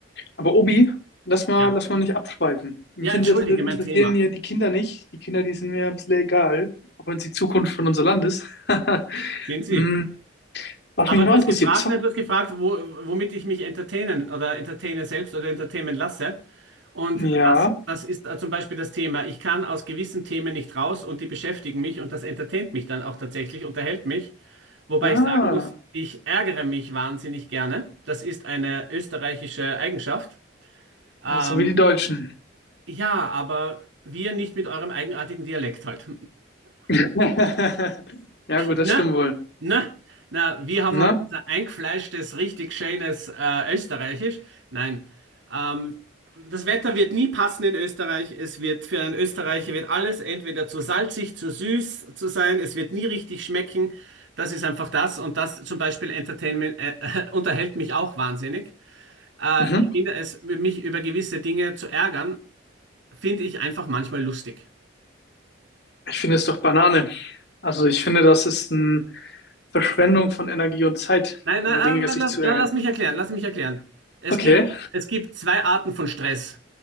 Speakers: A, on the left; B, on the right.
A: Aber Obi, lass mal,
B: Ja.
A: lass mal nicht abschweifen. Mich
B: Ja, entschuldige,
A: inter- interessieren
B: mein Thema.
A: ja die Kinder nicht. Die Kinder, die sind mir ein bisschen egal, auch wenn es die Zukunft von unser Land ist. <laughs>
B: Sehen Sie.
A: Hm, was
B: Aber
A: mich noch
B: du hast
A: interessiert,
B: gefragt,
A: zock.
B: nein, du hast gefragt, wo, womit ich mich entertainen oder entertaine selbst oder entertainen lasse. Und
A: Ja.
B: das, das ist äh, zum Beispiel das Thema. Ich kann aus gewissen Themen nicht raus und die beschäftigen mich und das entertaint mich dann auch tatsächlich, unterhält mich. Wobei
A: Ah,
B: ich sagen muss, ich ärgere mich wahnsinnig gerne. Das ist eine österreichische Eigenschaft. Ähm,
A: ja, so wie die Deutschen.
B: ja, aber wir nicht mit eurem eigenartigen Dialekt halt.
A: <laughs> Ja, gut,
B: Na,
A: das stimmt wohl.
B: na, na, wir haben
A: Ne?
B: halt unser eingefleischtes, richtig schönes äh, Österreichisch. Nein, ähm, das Wetter wird nie passen in Österreich. Es wird für einen Österreicher wird alles entweder zu salzig, zu süß zu sein. Es wird nie richtig schmecken. Das ist einfach das. Und das zum Beispiel Entertainment äh, <laughs> unterhält mich auch wahnsinnig. Äh,
A: Mhm.
B: ich finde es, mich über gewisse Dinge zu ärgern, finde ich einfach manchmal lustig.
A: Ich finde es doch Banane. Also ich finde, das ist eine Verschwendung von Energie und Zeit,
B: Nein,
A: über
B: nein, aber
A: Dinge sich
B: la-
A: zu
B: la-
A: ärgern.
B: lass mich erklären, lass mich erklären. Es
A: Okay,
B: gibt, es gibt zwei Arten von Stress,